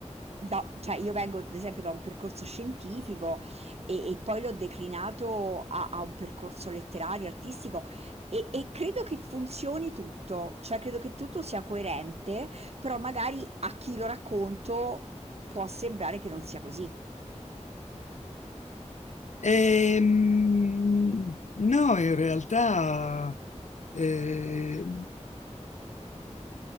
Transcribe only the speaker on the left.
E, mm, no, in realtà eh,